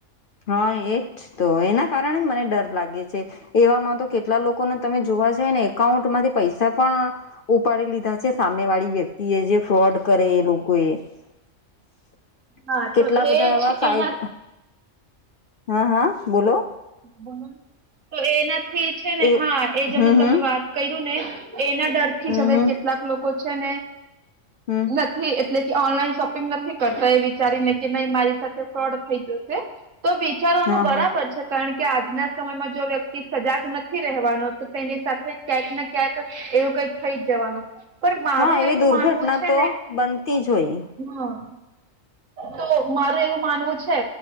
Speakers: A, on the left; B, on the right.
A: હા એજ તો. એના કારણે જ મને ડર લાગે છે. એવામાં તો કેટલા લોકોને તમે જોવા જાયને એકાઉન્ટ માંથી પૈસા પણ ઉપાડી લીધા છે સામે વાળી વ્યક્તિ એ જે ફ્રોડ કરે એ લોકોએ. <inaudible>
B: હા તો
A: બધા
B: એ
A: એવા
B: છે
A: સાહેબ
B: એના.
A: હા હા બોલો.
B: બોલો ને તો એનાથી છે ને
A: એ
B: હા એ જમે
A: હમ હમ
B: તમે વાત કર્યું ને એના ડર થી
A: હમ
B: જ હવે
A: હમ
B: કેટલાક લોકો છે. ને
A: હમ
B: નથી એટલે કે ઓનલાઈન શોપિંગ નથી કરતા એ વિચારીને કે નહી મારી સાથે ફ્રોડ થઈ જશે તો વિારનું
A: હા
B: બરાબર
A: હા
B: છે. કારણ કે આજના સમયમાં જો વ્યક્તિ સજાગ નથી રહેવાનો તો તેની સાથે ક્યાંક ક્યાંક એવું કઈક થઈ જવાનું પર મારું
A: હા એવી
B: એવું
A: દુર્ઘટના
B: માનવું છે
A: તો
B: ને
A: બનતી જ હોય
B: હા તો મારું એવું માનવું છે